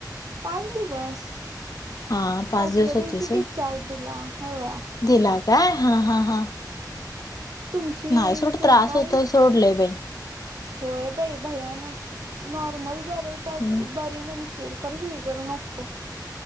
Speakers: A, on the right (about 60°); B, on the left (about 55°).
A: पाच दिवस
B: हा पाच
A: पाचव्या
B: दिवस
A: दिवशी
B: होतीस
A: डिस्चार्ज
B: होय
A: दिला होय
B: दिला काय हा हा हा
A: तुमची
B: नाही सोड
A: रेखा
B: त्रास होतोय
A: आई
B: सोडलय बाई
A: होय बाई भयानक नॉर्मल बर
B: हम्म
A: म्हणशील खर सिजर नको